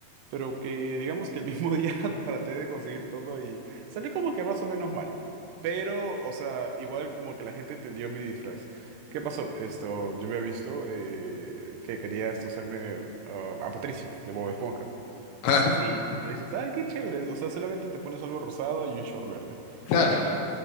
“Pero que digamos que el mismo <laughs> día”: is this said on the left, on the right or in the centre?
Right